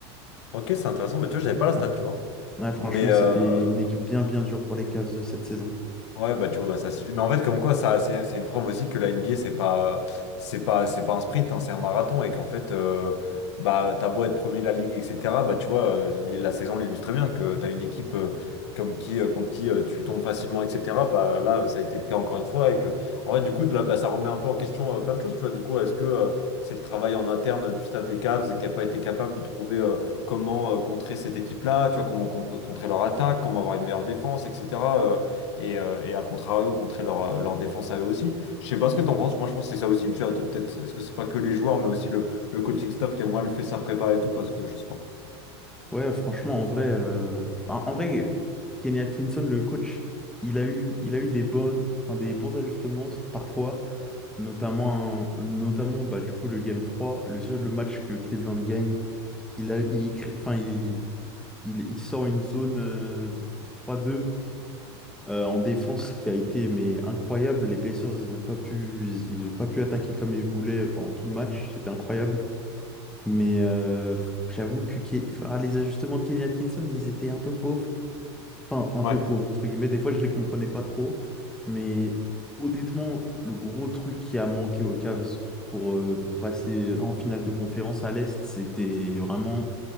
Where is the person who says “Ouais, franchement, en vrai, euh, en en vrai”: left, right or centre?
Centre